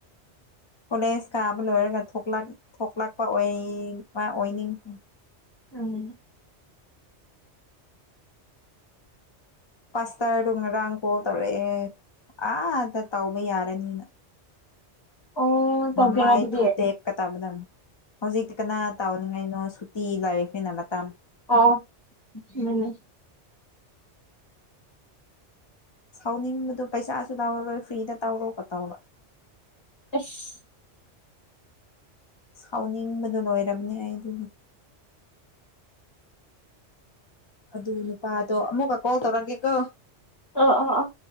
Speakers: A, on the left; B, on the left.
A: ꯀꯣꯜꯂꯦꯖ ꯀꯥꯕ ꯂꯣꯏꯔꯒ ꯊꯣꯛꯂꯛꯄꯕ ꯑꯣꯏꯕ ꯑꯣꯏꯅꯤꯡꯈ꯭ꯔꯦ
B: ꯎꯝ
A: ꯄꯥꯁꯇ꯭ꯔꯗꯣ ꯉꯔꯥꯡ ꯀꯣꯜ ꯇꯧꯔꯛꯑꯦ ꯑꯥꯗ ꯇꯧꯕ ꯌꯥꯔꯅꯤꯅ
B: ꯑꯣ ꯇꯧꯒꯦꯔꯥ
A: ꯃꯃꯥꯏ
B: ꯑꯗꯨꯗꯤ
A: ꯊꯨꯗꯦꯛꯀꯗꯕꯅꯤ ꯍꯧꯖꯤꯛꯇꯤ ꯀꯅꯥ ꯇꯧꯅꯤꯡꯉꯥꯏꯅꯣ ꯁꯨꯇꯤ ꯂꯩꯕꯅꯤꯅ ꯃꯇꯝ
B: ꯑꯣ ꯑꯗꯨꯅꯤ
A: ꯁꯥꯎꯅꯤꯡꯕꯗꯣ ꯄꯩꯁꯥꯁꯨ ꯂꯧꯔꯔꯣꯏ ꯐ꯭ꯔꯤꯗ ꯇꯧꯔꯣꯀꯣ ꯇꯧꯔ
B: ꯏꯁ
A: ꯁꯥꯎꯅꯤꯡꯕ ꯂꯣꯏꯔꯝꯅꯤ ꯑꯩꯗꯤ ꯑꯗꯨ ꯅꯨꯄꯥꯗꯣ ꯑꯃꯨꯛꯀ ꯀꯣꯜ ꯇꯧꯔꯛꯀꯦꯀꯣ
B: ꯑꯥ ꯑꯥ ꯑꯥ